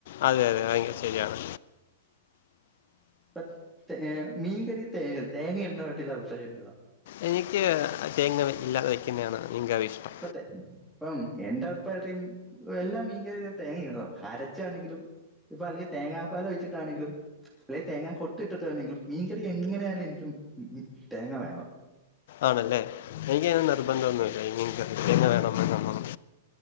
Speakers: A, on the left (about 55°); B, in the centre.
A: അതെ അതെ ഭയങ്കര ശരിയാണ്
B: പ്പ തേ മീൻ കറി തേ തേങ്ങ ഇടുന്ന പറ്റിയുള്ള അഭിപ്രായം എന്തുവാ
A: എനിക്ക് തേങ്ങ ഇല്ലാതെ വയ്ക്കുന്നയാണ് മീൻ കറി ഇഷ്ടം
B: അതെ ഇപ്പം എന്റെ അഭിപ്രായത്തിം എല്ലാ മീൻകറിയിലും തേങ്ങയിടണം അരച്ചാണെങ്കിലും ഇപ്പ അല്ലങ്കി തേങ്ങാപ്പാലൊഴിച്ചിട്ടാണെങ്കിലും അല്ലെ തേങ്ങാ കൊട്ടിട്ടാണെങ്കിലും മീൻകറി എങ്ങനെയായാലും എനിക്കും ഉം ഉം തേങ്ങ വേണം
A: ആണ്ല്ലേ എനിക്കങ്ങനെ നിർബന്ധം ഒന്നുല്ല ഇനി എനിക്കതിട്ടന്നെ വേണോന്നൊന്നും